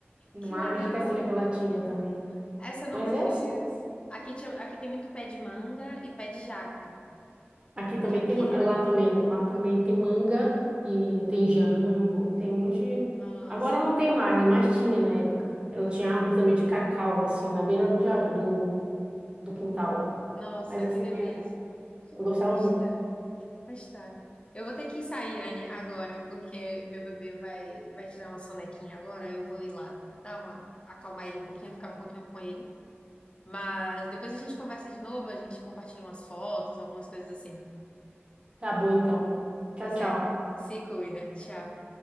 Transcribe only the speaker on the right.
numa
árvore de castanha que ela tinha também.
Mas
é
assim.
Aqui também
tem, ma- lá também, né? Lá também tem manga e tem jambo, tem um monte de...
Agora não tem mais, né? Mas tinha na época. Ela tinha árvore também de cacau, assim, na beira do, ja- do, do quintal lá.
Mas assim,
é, eu gostava
muito.
Tá bom, então. Tchau,
tchau.